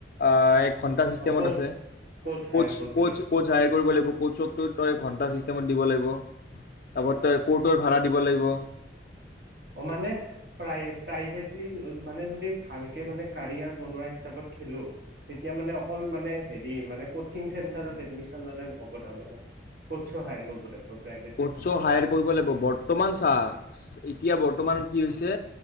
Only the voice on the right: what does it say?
কচ
হায়াৰ কৰিবলৈ
অ
অ
অ মানে--প্ৰাই প্ৰাইভেটলি মানে, যদি ভাল কে মানে কেৰিয়াৰ বনোৱা হিচাপত খেলো তেতিয়া মানে, অকল মানে হে ৰি মানে, কোচিং চেণ্টাৰত এডমিছন ল'লে নহ'ব তাৰ মানে কোচো হায়াৰ কৰিব লাগিব। প্ৰাইভেটলি